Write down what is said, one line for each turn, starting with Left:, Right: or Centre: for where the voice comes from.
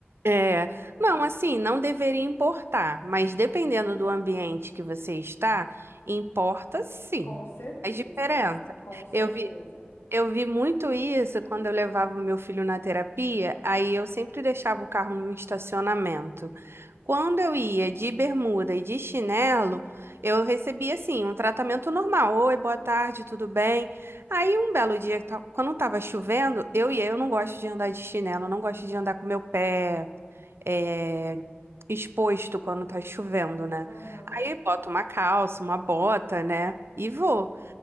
Right: É, não, assim, não deveria importar, mas dependendo do ambiente que você está, importa sim.
Left: Com certeza,
Right: Faz diferença.
Left: com certeza.
Right: Eu vi, Eu vi muito isso quando eu levava o meu filho na terapia, aí eu sempre deixava o carro num estacionamento. Quando eu ia de bermuda e de chinelo, eu recebia assim um tratamento normal. Oi, boa tarde, tudo bem? Aí um belo dia, ta- quando estava chovendo, eu ia, eu não gosto de andar de chinelo, não gosto de andar com meu pé eh, exposto quando tá chovendo, né?
Left: Aham.
Right: Aí boto uma calça, uma bota, né? E vou.